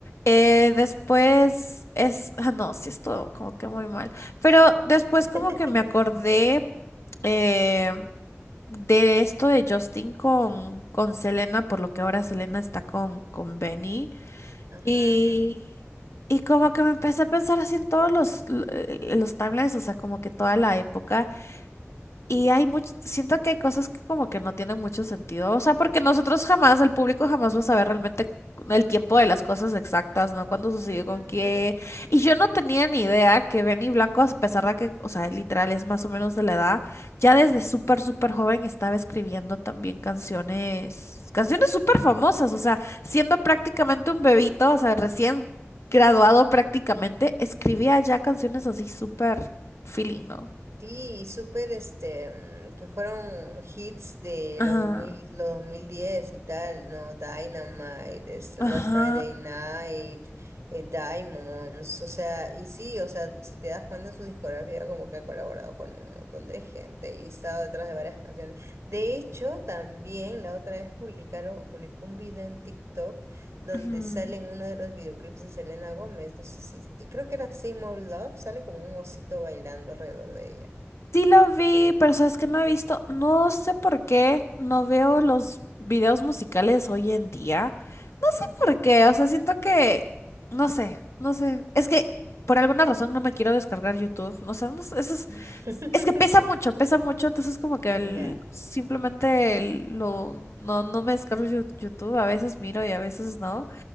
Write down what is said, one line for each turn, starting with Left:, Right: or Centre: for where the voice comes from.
Left: Eh, después es... Ah, no, sí estuvo como que muy mal. Pero después
Right: <laughs>
Left: como que me acordé eh, de esto de Justin con, con Selena, por lo que ahora Selena está con, con Benny.
Right: Ajá,
Left: Y,
Right: ajá.
Left: y como que me empecé a pensar así en todos los, l- eh, los timelines, o sea, como que toda la época. Y hay mucho, siento que hay cosas que como que no tienen mucho sentido, o sea, porque nosotros jamás, el público jamás va a saber realmente el tiempo de las cosas exactas, ¿no? Cuándo sucedió
Right: Ujú,
Left: con qué.
Right: ujú.
Left: Y yo no tenía ni idea que Benny Blanco, a pesar de que, o sea, literal es más o menos de la edad, ya desde súper, súper joven estaba escribiendo también canciones, canciones súper famosas, o sea, siendo prácticamente un bebito, o sea, recién graduado prácticamente, escribía ya canciones así súper feeling, ¿no?
Right: Sí, y súper, este, mm, que fueron hits de
Left: Ajá.
Right: los dos mil los dos mil diez y tal, ¿no? Dynamite, es Last
Left: Ajá.
Right: Friday Night, eh, Diamonds, o sea, y sí, o sea, si te das cuenta en su discografía, como que ha colaborado con un montón de gente y estado detrás de varias canciones. De hecho, también la otra vez publicaron, publicó un video en TikTok donde
Left: ujú.
Right: sale en uno de los videoclips de Selena Gómez, no sé si, creo que era Same Old Love, sale como un osito bailando alrededor de ella.
Left: Sí lo vi, pero sabes que no he visto, no sé por qué, no veo los videos musicales hoy en día. No sé
Right: Ajá.
Left: por qué, o sea, siento que, no sé, no sé. Es que por alguna razón no me quiero descargar YouTube, no sé, no sé, eso es,
Right: <laughs>
Left: es que pesa mucho, pesa mucho, entonces como que
Right: Ya.
Left: el- simplemente el- lo, no, no me descargo Yu- YouTube, a veces miro y a veces no.